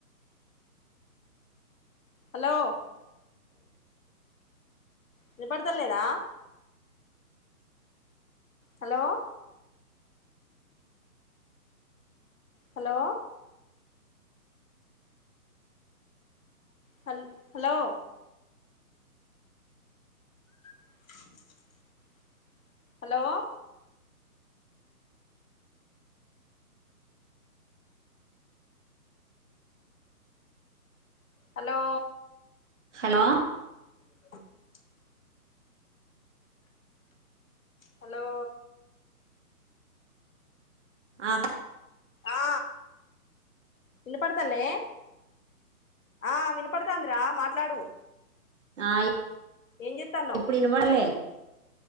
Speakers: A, on the left; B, on the right.
A: హలో వినపడతాలేదా హలో హలో హల్ hello <unintelligible> hello hello
B: hello
A: <unintelligible> hello
B: ఆ
A: ఆ వినపడతాలే ఆ వినపడతందిరా మాట్లాడు
B: ఆ ఇ
A: ఏం చేత్తన్నావ్
B: ఇప్పుడు వినపడలే